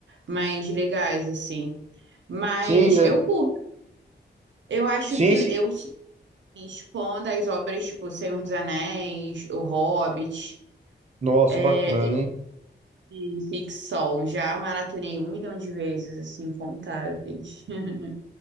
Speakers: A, on the right; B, on the right.
A: mais legais, assim. Mas
B: Sim, é,
A: eu curto. Eu acho
B: sim,
A: que
B: sim.
A: eu sou mais fã das obras tipo Senhor dos Anéis, O Hobbit,
B: Nossa,
A: é,
B: bacana, hein?
A: e ficção. Já maratonei um milhão de vezes, assim, incontáveis. <laughs>